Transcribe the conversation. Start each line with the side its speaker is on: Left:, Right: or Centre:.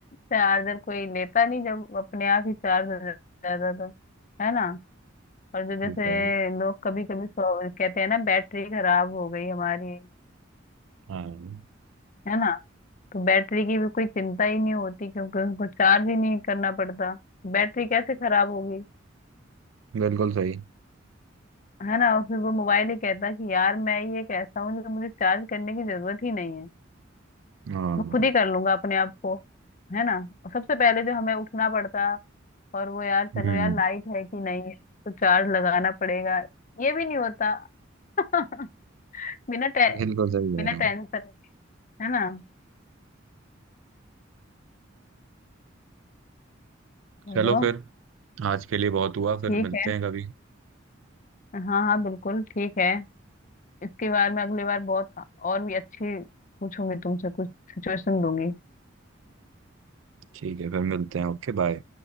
Left: चार्जर कोई लेता नहीं जब अपने आप ही चार्ज हो जाता था है ना और जो
Right: ठीक
Left: जैसे
Right: है
Left: लोग कभी कभी कहते हैं ना बैटरी खराब हो गई हमारी
Right: हाँ
Left: है ना तो बैटरी की भी कोई चिंता ही नहीं होती क्योंकि उनको चार्ज ही नहीं करना पड़ता तो बैटरी कैसे खराब होगी
Right: बिल्कुल सही
Left: है ना और फिर वो मोबाइल ही कहता है कि यार मैं ये कैसा हूँ जो मुझे चार्ज करने की जरूरत ही नहीं है
Right: हाँ
Left: मैं खुद ही कर लूंगा अपने आप को है ना और सबसे पहले जो हमें उठना पड़ता और वो यार चलो
Right: हम्म
Left: यार लाइट है कि नहीं है तो चार्ज लगाना पड़ेगा ये भी नहीं होता <laughs> बिना टे,
Right: बिल्कुल सही कह
Left: बिना
Right: रहे
Left: टेंशन
Right: हो
Left: है ना चलो
Right: चलो फिर आज के लिए बहुत हुआ फिर
Left: ठीक
Right: मिलते
Left: है
Right: हैं कभी
Left: हाँ हाँ बिल्कुल ठीक है इसके बारे में अगली बार बहुत और भी अच्छी पूछूंगी तुमसे कुछ सिचुएशन दूंगी
Right: ठीक है फिर मिलते हैं ओके बाय